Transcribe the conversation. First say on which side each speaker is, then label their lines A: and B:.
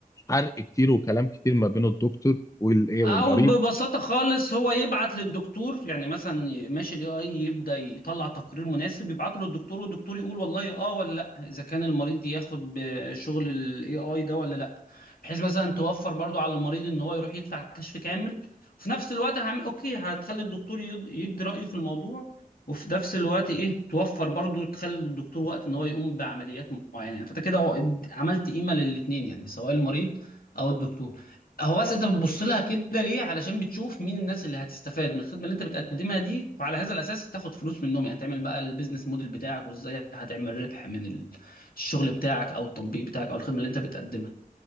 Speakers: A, on the left (about 20°); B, on the left (about 75°).
A: حرق كتير وكلام كتير ما بين الدكتور والايه
B: او
A: والمريض
B: ببساطه خالص هو يبعت للدكتور يعني مثلا ماشي الاي اي يبدا يطلع تقرير مناسب يبعته للدكتور والدكتور يقول والله اه ولا لا اذا كان المريض ياخد بشغل الاي اي ده ولا لا بحيث مثلا توفر برضو على المريض ان هو يروح يدفع كشف كامل وفي نفس الوقت هعمل اوكي هتخلي الدكتور يد- يدي رايه في الموضوع وفي نفس الوقت ايه توفر برضو تخلي الدكتور وقت ان هو يقوم بعمليات معينه فانت كده عملت قيمه للاثنين يعني سواء المريض او الدكتور هو بس انت بتبص لها كده ليه علشان بتشوف مين الناس اللي هتستفاد من الخدمه اللي انت بتقدمها دي وعلى هذا الاساس تاخد فلوس منهم يعني تعمل بقى البيزنس موديل بتاعك وازاي هتعمل ربح من الشغل بتاعك او التطبيق بتاعك او الخدمه اللي انت بتقدمها